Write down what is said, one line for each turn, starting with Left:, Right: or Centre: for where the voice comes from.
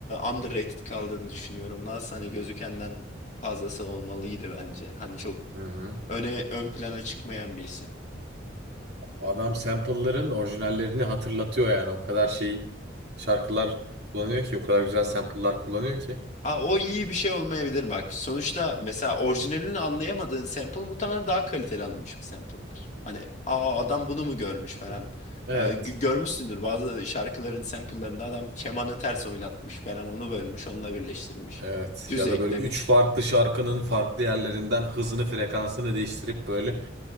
Left: underrated kaldığını düşünüyorum. Nas hani gözükenden fazlası olmalıydı bence. Hani çok
Right: Hı hı.
Left: öne ön plana çıkmayan bir isim.
Right: Adam sample'ların orijinallerini hatırlatıyor yani. O kadar şey şarkılar kullanıyor ki, o kadar güzel sample'lar kullanıyor ki.
Left: Aa, o iyi bir şey olmayabilir bak. Sonuçta mesela orijinalini anlayamadığın sample muhtemelen daha kaliteli alınmış bir sample'dır. Hani aa adam bunu mu görmüş falan.
Right: Hı hı. Evet.
Left: Ee, gö- görmüşsündür bazı şarkıların sample'larında adam kemanı ters oynatmış falan onu bölmüş onunla birleştirmiş.
Right: Evet.
Left: Düz
Right: Ya
Left: eklemiş.
Right: da böyle üç farklı şarkının farklı yerlerinden hızını, frekansını değiştirip böyle